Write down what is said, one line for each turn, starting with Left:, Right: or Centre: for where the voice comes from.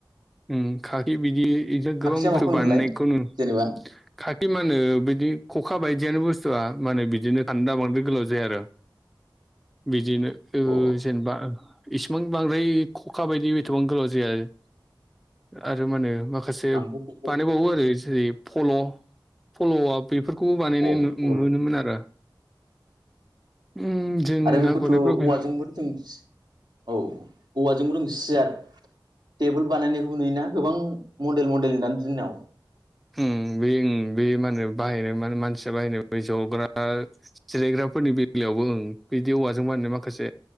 Centre: उम खाखि बिदि बिदि
Right: खाखिया
Centre: गोबां बुस्थु
Right: माखौ होनोमोनलाय
Centre: बानायनायखौनो
Right: जेनेबा
Centre: खाखि मा होनो बिदि खखा बायदियानो बुस्थुआ माने बिदिनो खान्दा बांद्राय गोलाव जाया आरो बिदिनो ओ
Right: अ
Centre: जेनेबा इसिबां बांद्राय खखा बायदि एथबां गोलाव जाया आरो मा होनो मा खासे
Right: आंथ' बेखौ
Centre: बानायबावो आरो जेरै फल' फल'आ बेफोरखौबो बानायनाय
Right: अ
Centre: नु
Right: फल
Centre: नुनो मोनो आरो। उम जों
Right: आरो बेखौथ'
Centre: ना गुरनायफ्राव
Right: औवाजोंबो
Centre: बे
Right: जों औ औवाजोंबो जों सियार टेबोल बानायनायखौबो नुयोना गोबां मडेल मडेल दानि दिनाव
Centre: <unintelligible> बे ओं बे मा होनो बाहायनो मा मानसिया बाहायनो बे जग्रा जिरायग्राफोरनि बेलायाव आवबो उ बिदि औवाजों बानायनाय माखासे